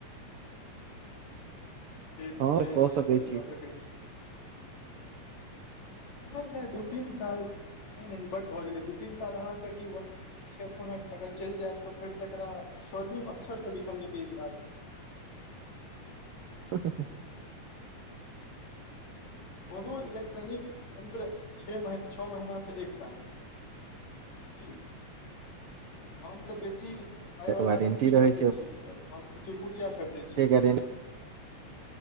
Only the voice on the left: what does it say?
से तऽ
छै
अहाँ
यूज
कऽ सकैत छी
नहि नहि दू तीन साल नहि ई बड भ गेलै दू तीन साल अहाँकेँ ई ई एखनो अगर चलि जायत तऽ फेर त एकरा स्वर्णिम अक्षर से लिखल जेतै इतिहास म।
कोनो इलेक्ट्रॉनिक। यन्त्र छे मह छओ महीना से एक साल कि। हम तऽ बेसी पाय वाला
नहि
खरीदै छी सर हम तऽ चुरकुटिया खरीदै छै।